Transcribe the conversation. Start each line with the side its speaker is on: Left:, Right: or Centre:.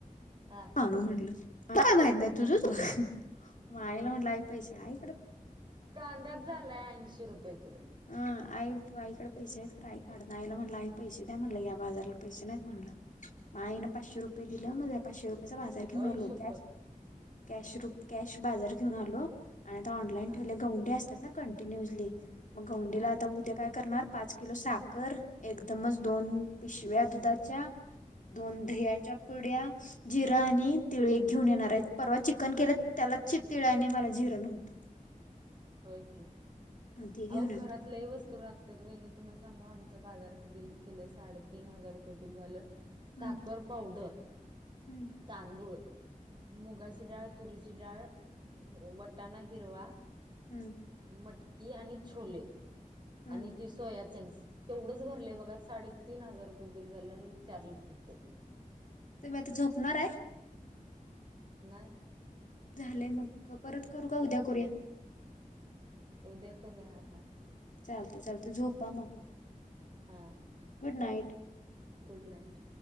Right: हा.
Left: म्हटल, काय माहीत नाही
Right: हा.
Left: तुझ तू बघ, म आईला म्हटलं पैसे हाईत?
Right: कांदाच झालाय, ऐंशी रुपये किलो.
Left: आं. आई आईकड पैसे आहेत आई काढना, आईला म्हटलं आई पैसे द्या म्हणलं, या बाजारला पैसे नाहीत म्हणलं. म आईन पाचशे रुपये दिलं, म, पाचशे रुपयचा बाजार घेऊन
Right: आई
Left: आलो.
Right: शपथ
Left: कॅश कॅश, रूप कॅश बाजार घेऊन आलो आणि आता ऑनलाइन
Right: हा
Left: ठेवलंय, गवंडी असत्यात ना कॉन्ट न्यूजले मग गवंडीला
Right: हा
Left: आता उद्या काय करणार पाच किलो साखर एकदमच दोन पिशव्या दुधाच्या, दोन
Right: हा
Left: दह्याच्या पुढ्या जिरां आणि तिळे एक घेऊन येणार आहेत परवा चिकन केलं त्याला तिळ आणि मला जिरं नव्हतं.
Right: होय की
Left: ते घेऊन
Right: आव
Left: येतोय
Right: घरात लै वस्तू रात तेत वहिनी तुम्हाला सांगू आमचं बाजाराचं बिल केलं साडेतीन हजार रुपये बिल झालं. साखर,
Left: हम्म
Right: पावडर
Left: हम्म
Right: तांदूळ, मुगाची डाळ, तुरीची डाळ, वटाणा हिरवा
Left: हम्म.
Right: मटकी आणि छोले
Left: हम्म
Right: आणि ती सोया चंक्स तेवढंच भरलेय बघा साडेतीन हजार रुपये बिल झालं अन् चार लिटर तेल.
Left: तुम्ही आता झोपणार आहे?
Right: नाही.
Left: झालंय मग परत करू का उद्या करूया?
Right: उद्या करूया आता.
Left: चालतय चालतय झोपा मग.
Right: हा हा.
Left: Good night.
Right: Good night.